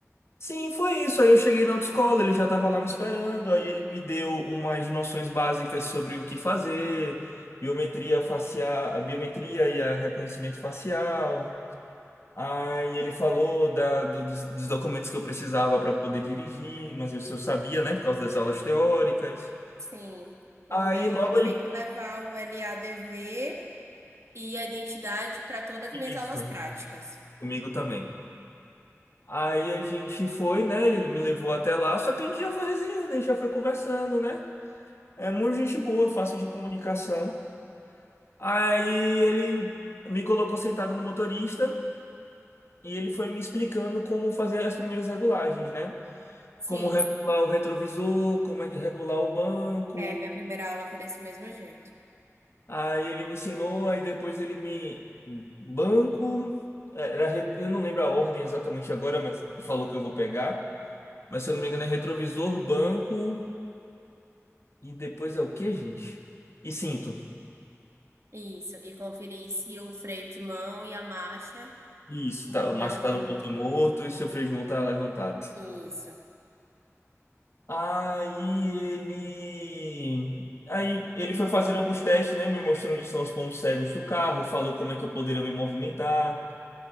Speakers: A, on the left; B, on the right.
A: Sim, foi isso. Aí eu cheguei na autoescola, ele já estava lá me esperando, aí ele me deu umas noções básicas sobre o que fazer, biometria facial, a biometria e a reconhecimento facial. Aí ele falou da, do- dos, dos documentos que eu precisava para poder dirigir, mas eu eu sabia, né, por causa das aulas teóricas.
B: Sim. O
A: Aí
B: meu
A: logo
B: eu tinha
A: ele.
B: que levar o LADV e a identidade para todas as minhas
A: Isso,
B: aulas práticas.
A: comigo também. Aí a gente foi, né? Ele me levou até lá, só que a gente já foi resenhando, a gente já foi conversando, né? É muito gente boa, fácil de comunicação. Aí ele me colocou sentado no motorista e ele foi me explicando como fazer as primeiras regulagens, né?
B: Sim,
A: Como regular o retrovisor, como é que regular o banco.
B: é, minha primeira aula foi desse mesmo jeito.
A: Aí ele me ensinou, aí depois ele me. Banco. é, Era... re- Eu não lembro a ordem exatamente agora, mas falou que eu vou pegar. Mas se eu não me engano é retrovisor, banco e depois é o quê, gente? E cinto.
B: Isso, e conferir se o freio de mão e a marcha.
A: Isso, tá, o macho
B: Não.
A: tá no ponto morto e seu freio de mão tá levantado.
B: Isso.
A: Aí ele. Aí ele foi fazer alguns testes, né? Me mostrou onde são os pontos cegos do carro, falou como é que eu poderia me movimentar.